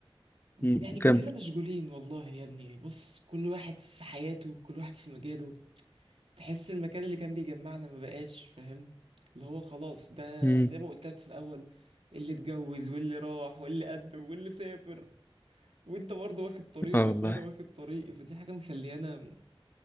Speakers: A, on the left (about 20°); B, on the right (about 80°).
A: مم،
B: يعني كلنا
A: كمل
B: مشغولين والله يا ابني بص كل واحد في حياته كل واحد في مجاله تحس المكان اللي كان بيجمعنا ما بقاش فاهم اللي هو خلاص ده
A: مم،
B: زي ما قلت لك في الاول اللي اتجوز واللي راح واللي قدم واللي سافر وانت برضه واخد طريقك
A: اه والله
B: وانا واخد طريقي فدي حاجة مخليانا